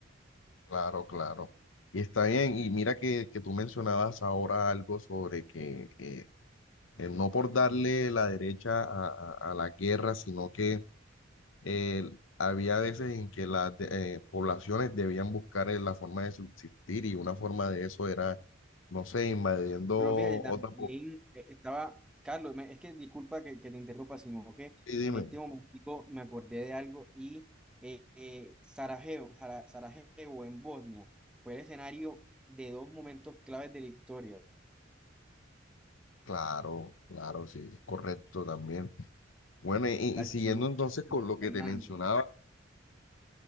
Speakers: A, on the left; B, in the centre.
A: Claro, claro. Y está bien. Y mira que, que tú mencionabas ahora algo sobre que eh, eh, no por darle la derecha a, a- a la guerra, sino que eh, había veces en que las de- eh, poblaciones debían buscar eh, la forma de subsistir y una forma de eso era, no sé, invadiendo
B: Pero fíjate, también
A: otras. po-
B: eh, estaba, Carlos, me- es que disculpa que, que te interrumpa, sino que
A: Sí, dime.
B: en este momentico me acordé de algo y eh, eh, Sarajevo, Jara- Sarajevo en Bosnia fue el escenario de dos momentos claves de la historia, el
A: Claro, claro, sí, correcto también. Bueno, y, y
B: archiduque
A: siguiendo entonces
B: Francisco
A: con lo que
B: Fernando.
A: te mencionaba,